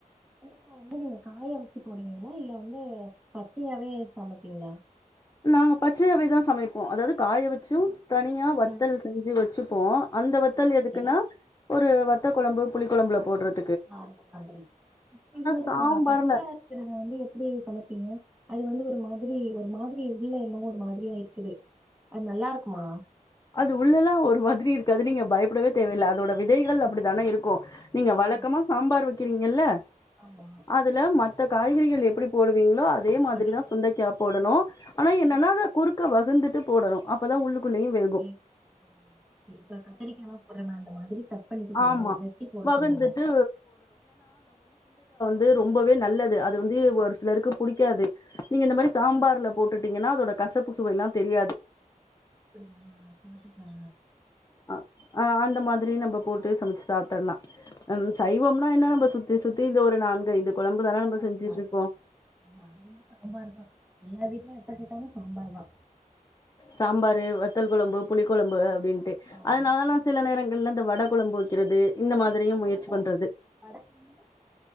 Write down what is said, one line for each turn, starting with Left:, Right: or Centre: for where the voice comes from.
Centre: சுண்டக்கா வந்து நீங்க காய வச்சு போடுவீங்ளா இல்ல வந்து பச்சையாவே சமப்பீங்ளா
Left: நாங்க பச்சையாவேதா சமைப்போ அதாவது காய வச்சு தனியா வத்தல்
Centre: ம்
Left: செஞ்சு வச்சு ப்போ அந்த வத்தல்
Centre: ஆ சரி
Left: எதுக்குன்னா ஒரு வத்த கொழம்பு புளி கொழம்புல போடுறது
Centre: ஆ அந்த மாதிரி இது வந்து
Left: சாம்பார்
Centre: கா பச்சையா இருக்கறத வந்து எப்டி சமப்பீங்க? அது வந்து ஒரு மாதிரி ஒரு மாதிரி உள்ள என்னவோ ஒரு மாதிரியா இருக்குது. அது நல்லா இருக்குமா?
Left: அது உள்ள எல்லா ஒரு மாதிரி இருக் கு அது நீங்க பயப்படவே தேவையில்ல அதோட விதைகள் அப்பிடிதானே இரு க்கு நீங்க
Centre: ஆ
Left: வழக்கமா சாம்பார் வக் கிறீங்கல்ல
Centre: ஆமா
Left: அதுல ம த்த காய்கறிகள் எப்டி போடுவீங்களோ அ தே மாதிரிதா
Centre: அதே மாதிரி
Left: சுண்டைக்கா போடணு ஆனா என்னன்னா
Centre: ம்
Left: அத குறுக்க வ குந்துட்டு போடணு அப்பதா உள்ளுக்குள்ளயு வே
Centre: கே ம் இ இப்ப கத்திரிக்கா எல்லாம் போடுறமே அந்த மாதிரி கட் பண்ணிட்டு போ
Left: ஆமா
Centre: வெட்டி போட
Left: வகுந்துட்டு
Centre: சொல்றீங்க
Left: து ரொம்பவே நல்லது அது வந்து ஒரு சிலருக்கு புடிக்காது. நீங்க இந்த மாரி சாம்பார்ல போட்டுட் டீங்கன்னா அதோட கசப்பு சுவை எல்லா தெரியாது.
Centre: அப்டியா சரிதா
Left: அ ஆ அந்த மாதிரி நம்ப போட்டு சமச் சாப்டோன்னா ம் சைவம்னா என்ன நம்ப சுத்தி சுத்தி இந்த ஒரு நான்கு ஐந்து கொழம்பு தான நம்ம
Centre: அ
Left: செஞ்சுட்ருப்போ
Centre: ஆ ஆமா அதிகமா சாம்பாருதா எல்லா வீட்லயு எப்ப கேட்டாலு சாம்பார்தா
Left: சாம்பாரு வத்தல் கொழம்பு புளிக்கொழம்பு அப்டின்னு ட்டு
Centre: ஆமா
Left: அதனாலதா நா சில நேரங்கள்ல இந்த வட கொழம்பு வைக்கிறது இந்த மாதிரியு முயற்சி
Centre: வடை
Left: பண்றது
Centre: வடகம்னா